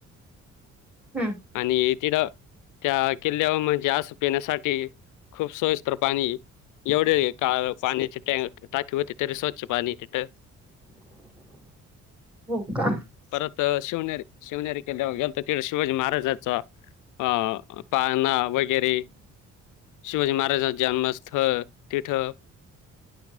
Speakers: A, in the centre; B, on the left.
A: हम्म.
B: आणि तिट त्या किल्ल्यावर म्हणजे आस पिण्यासाठी खूप सोविस्त पाणी एवढे का पाण्याची टाॅ टाकी होती तरी स्वच्छ पाणी तिथ.
A: हो का
B: <inaudible> परत शिवनेरी शिवनेरी किल्ल्यावर गेलतो तिथ शिवाजी महाराजाचा अ पाळना वगैरे शिवाजी महाराजांच जन्म स्थळ टिठ अ